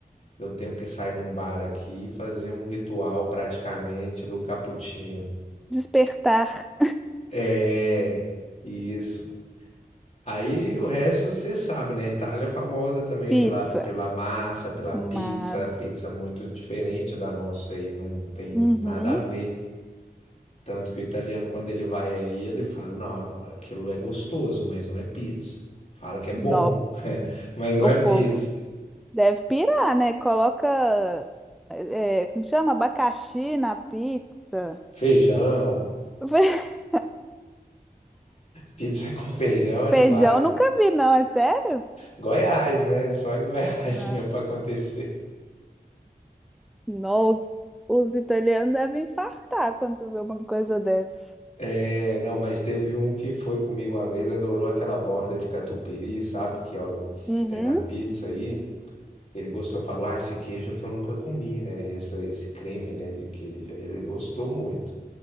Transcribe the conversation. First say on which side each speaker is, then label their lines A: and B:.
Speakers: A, on the left; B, in the centre.
A: eu tenho que sair num bar aqui e fazer um ritual praticamente do cappuccino.
B: Despertar
A: É, isso. Aí o resto você sabe, né? Itália é famosa também
B: <laughs> pizza.
A: pela, pela massa, pela
B: Massa.
A: pizza, pizza muito diferente da nossa aí, né? Não tem
B: Uhum.
A: nada a ver. Tanto que o italiano, quando ele vai aí, ele fala: não, aquilo é gostoso, mas não é pizza. Fala que é bom,
B: Não,
A: <laughs> mas não
B: o
A: é
B: povo
A: pizza.
B: deve pirar, né? Coloca, é, é, como chama? Abacaxi na pizza.
A: Feijão,
B: <laughs>
A: pizza <laughs> com feijão é
B: Feijão
A: demais.
B: nunca vi, não, é sério?
A: Goiás, né? Só em Goiás
B: Ah.
A: <laughs> mesmo para acontecer.
B: Não, os, os italianos devem infartar quando vê uma coisa dessa.
A: É, não, mas teve um que foi comigo uma vez, adorou aquela borda de catupiry, sabe? Que, é o-
B: Uhum.
A: que tem na pizza aí. Ele gostou, falou: Ah, esse queijo é que eu nunca comi, né? Esse, esse creme, né, de queijo. Aí Ele gostou muito.